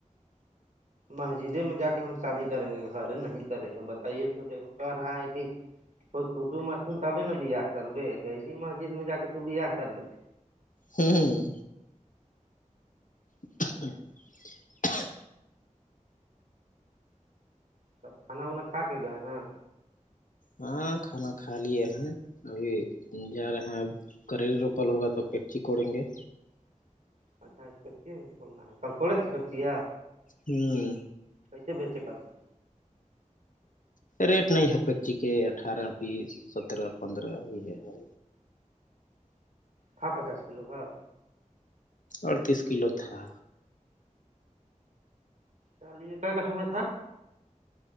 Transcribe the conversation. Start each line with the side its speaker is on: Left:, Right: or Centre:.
Right: مسجدے میں جا کے ہم شادی کریں گے گھر نہیں کریں گے بتائیے تو دیکھ کہ رہا ہے کہ کوئی کٹب اٹم تبے ن بیاہ کربے ایسی مسجد میں جا کے تو بیاہ کر لبے
Left: ہوں ہ <unintelligible>
Right: سب کھانا وناا کھ کے گئے ہیں
Left: ہاں کھانا کھا لیے ہیں ابھی جا رہے ہیں اب کریل روپل ہوگا تو پچی کوڑیں گے
Right: پچات کرتی پنا کل کوڑے سے کرتی ہے
Left: ہوں
Right: کییسے بیچے کل میں
Left: ریٹ نہیں ہے پیکچی کے اٹھارہ بیس سترہ پندرہ یہ ہے
Right: تھاا پچاس کلو گھر
Left: اڑتیس کلو تھا
Right: چالے کیا کٹھا میں تھا